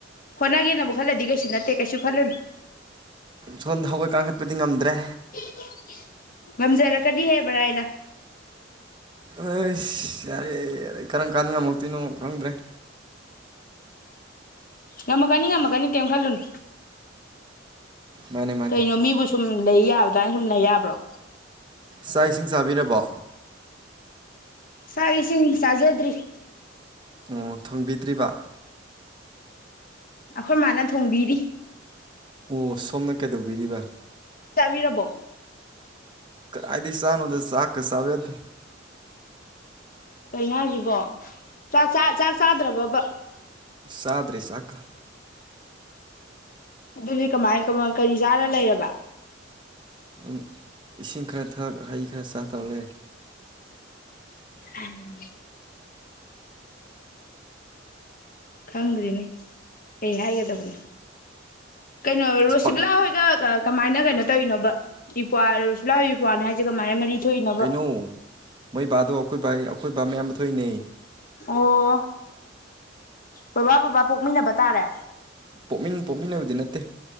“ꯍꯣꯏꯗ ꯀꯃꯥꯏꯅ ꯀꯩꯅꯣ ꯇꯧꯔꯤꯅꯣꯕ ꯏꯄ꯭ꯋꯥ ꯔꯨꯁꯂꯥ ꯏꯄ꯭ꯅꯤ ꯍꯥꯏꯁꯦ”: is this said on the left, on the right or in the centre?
Left